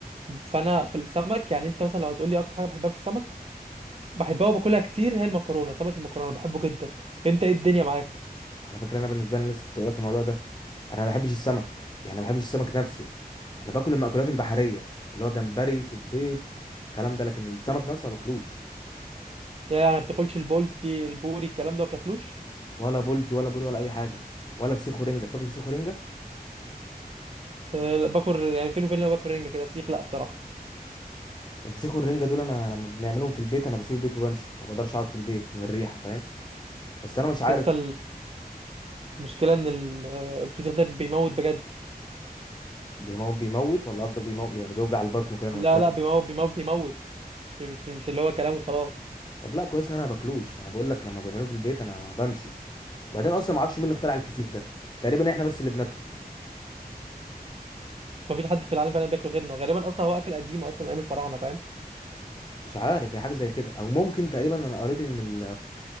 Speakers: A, on the right; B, on the left.
A: فانا في السمك يعني انت مثلا لو هتقولي اكتر حاجه بحبها في السمك بحبها وباكلها كتير هي المكرونه سمك المكرونه بحبه جدا انت ايه الدنيا معاك
B: على فكره انا بالنسبه لي أنا لسه كنت اقول لك الموضوع ده انا ما بحبش السمك يعني ما بحبش السمك نفسه انا باكل المأكولات البحريه اللي هو جمبري صبيط الكلام ده لكن السمك نفسه ما باكلوش
A: يعني ما بتاكلش البولتي البوري الكلام ده ما بتاكلوش
B: ولا بولتي ولا بوري ولا اي حاجه ولا فسيخ ورنجه بتاكل فسيخ ورنجه
A: أه لا، باكل يعني فين وفين لما باكل رنجه كده فسيخ لا بصراحه
B: الفسيخ والرنجه دول انا لما بنعملهم في البيت انا بسيب البيت وبمشي ما بقدرش اقعد في البيت من الريحه فاهم بس انا مش عارف
A: لسه المشكله ان ال- آه، الفسيخ ده بيموت بجد
B: بيموت بيموت ولا قصدك بيموت يعني بيوجع البطن كده لما
A: لا
B: بتاكله
A: لا بيموت بيموت بيموت مش مش مش اللي هو كلامه خلاص
B: طب لا كويس ان انا ما باكلوش انا بقول لك لما بيعملوه في البيت انا بمشي وبعدين اصلا ما اعرفش مين اللي اخترع الفسيخ ده تقريبا احنا بس اللي بناكله
A: ما فيش حد في العالم فعلا بياكله غيرنا غالبا اصلا هو اكل قديم اصلا ايام الفراعنه فاهم
B: مش عارف هي حاجه زي كده او ممكن تقريبا انا قريت ان ال...